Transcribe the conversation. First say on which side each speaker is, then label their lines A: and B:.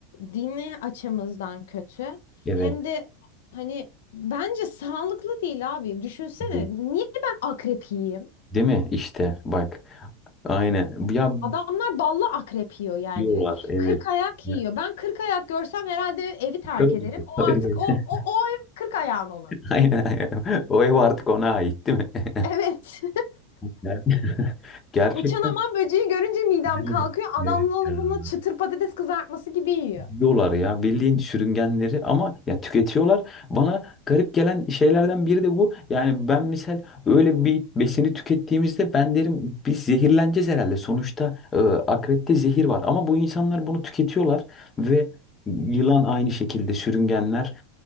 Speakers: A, on the left; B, on the left.
A: dini açımızdan kötü
B: Evet.
A: hem de hani bence sağlıklı değil abi. Düşünsene
B: iyi.
A: niye ben akrep yiyeyim?
B: Değil mi? İşte bak. Aynen. Ya
A: Adamlar ballı akrep yiyor yani.
B: diyorlar evet.
A: Kırk ayak
B: Ya,
A: yiyor. Ben kırk ayak görsem herhalde evi terk
B: Yukarı gibi.
A: ederim. O
B: <laughs> Evet.
A: artık o o o ev kırk ayağın olur.
B: Aynen aynen. O ev artık ona ait değil mi? <laughs>
A: Evet.
B: Yani- <laughs>
A: <laughs> Uçan
B: Gerçekten
A: aman böceği görünce midem
B: değil
A: kalkıyor.
B: mi?
A: Adamlar
B: Evet. ya.
A: bunu çıtır patates kızartması gibi yiyor.
B: yiyorlar ya bildiğin sürüngenleri ama ya tüketiyorlar. Bana garip gelen şeylerden biri de bu. Yani ben misal öyle bir besini tükettiğimizde ben derim biz zehirleneceğiz herhalde. Sonuçta e, akrepte zehir var ama bu insanlar bunu tüketiyorlar ve yılan aynı şekilde sürüngenler.